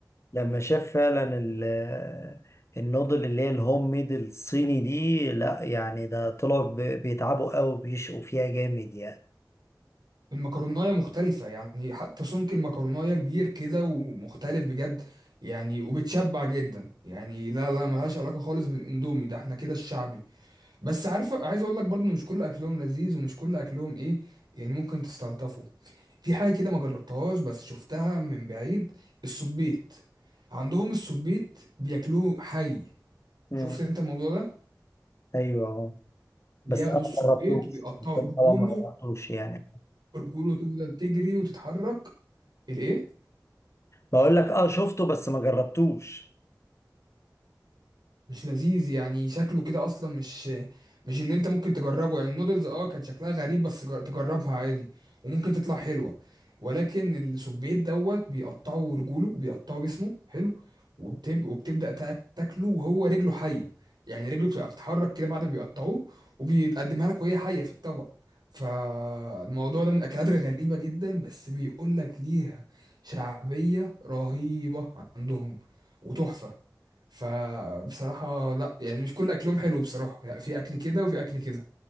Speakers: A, on the left; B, on the right.
A: لما شاف فعلا ال- النودل اللي هي الهوم ميد الصيني دي لا يعني ده طلعوا ب- بيتعبوا قوي بيشقوا فيها جامد يعني
B: المكروناية مختلفة يعني حتى سمك المكروناية كبير كده ومختلف بجد يعني وبتشبع جدا يعني لا لا ملهاش علاقة خالص بالإندومي ده احنا كده الشعبي بس عارف عايز أقول لك برضه إن مش كل أكلهم لذيذ ومش كل أكلهم إيه يعني ممكن تستلطفه في حاجة كده ما جربتهاش بس شفتها من بعيد السبيت عندهم السبيت بياكلوه حي
A: مم.
B: شفت انت الموضوع ده
A: ايوه اهو
B: بياخدوا
A: بس انا
B: السبيت
A: ما جربتوش
B: وبيقطعوا
A: بس
B: رجوله
A: أنا طبعا ما جربتوش يعني
B: ورجوله تفضل تجري وتتحرك الايه
A: بقول لك اه شفته بس ما جربتوش
B: مش لذيذ يعني شكله كده اصلا مش مش ان انت ممكن تجربه يعني النودلز اه كانت شكلها غريب بس جر- تجربها عادي وممكن تطلع حلوه ولكن السبيت دوت بيقطعوا رجوله وبيقطعوا جسمه حلو وبتب... وبتبدا تاك- تاكله وهو رجله حيه يعني رجله بتبقى بتتحرك كده بعد ما بيقطعوه وبيتقدمها لك وهي حيه في الطبق فالموضوع ده من الاكلات الغريبه جدا بس بيقول لك ليها شعبيه رهيبه عندهم وتحفه فبصراحة لا يعني مش كل اكلهم حلو بصراحة يعني في اكل كده وفي اكل كده